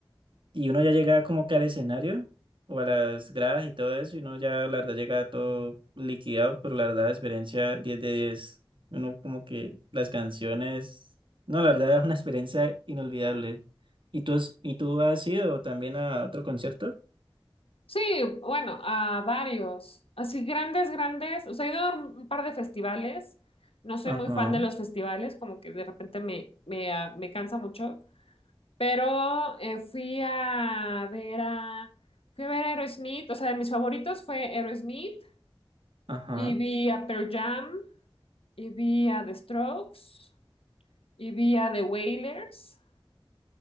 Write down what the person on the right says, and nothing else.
y uno ya llegaba como que al escenario o a las gradas y todo eso y uno ya, la verdad, llegaba todo liquidado, pero la verdad, la experiencia diez de diez Uno como que las canciones... No, la verdad es una experiencia inolvidable. ¿Y tú, has- y tú has ido también a otro concierto?
Ajá,
ajá,